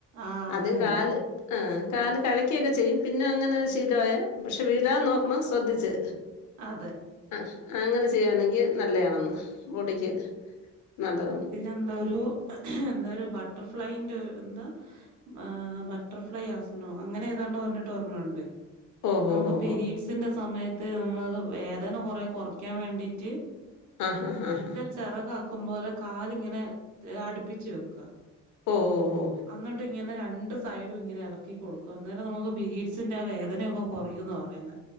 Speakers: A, on the right; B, on the left.
A: ആഹ്
B: ആദ്യം
A: അത് തന്നെ
B: കാല് ആഹ് കാല് കഴക്കിയൊക്കെ ചെയ്യും പിന്നെ അങ്ങനെ ഒരു ശീലമായ പക്ഷെ വീഴാതെ നോക്കണം ശ്രദ്ധിച്ച്.
A: അതെ
B: ആഹ് അങ്ങനെ ചെയ്യാണെങ്കി നല്ലയാണെന്ന് ബോഡിക്ക് നല്ലതാണ്.
A: എന്തൊരു എന്തേരു ബട്ടർഫ്ലൈന്റെ എന്താ ആഹ് ബട്ടർഫ്ലൈ ആസനോ അങ്ങനെ ഏതാണ്ട് പറഞ്ഞിട്ട് ഒര്ണണ്ട്.
B: ഓഹോ
A: നമുക്ക്
B: ഹോ
A: പിരീഡ്സിന്റെ
B: ഹോ
A: സമയത്ത് നമ്മക്ക് വേദന കൊറേ കുറയ്ക്കാൻ വേണ്ടിട്ട്
B: ആഹ് ആഹ് ആഹ് ആഹ്
A: ചെറകാക്കുംപോലെ കാലിങ്ങനെ അടുപ്പിച്ച് വെക്കാം
B: ഓ ഓഓ
A: എന്നിട്ട് ഇങ്ങനെ രണ്ട് സൈഡും ഇങ്ങനെ ഇളക്കി കൊടുക്കും അന്നേരം നമുക്ക് പീഡ്സിൻന്റെ ആഹ് വേദനയൊക്കെ കൊറയൂന്ന് പറയുന്ന